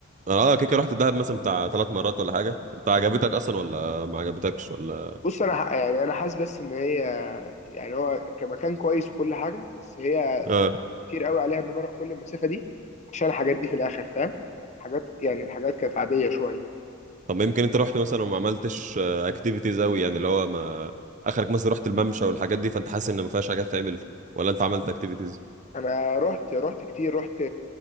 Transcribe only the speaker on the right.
اه آه، كده كده رحت دهب مثلا بتاع ثلاث مرات ولا حاجه انت عجبتك اصلا ولا ما عجبتكش ولا
اه
طب يمكن انت رحت مثلا وما عملتش اكتيفيتيز قوي يعني اللي هو ما اخرك مثلا رحت الممشى والحاجات دي فانت حاسس ان ما فيهاش حاجه تعمل ولا انت عملت اكتيفيتيز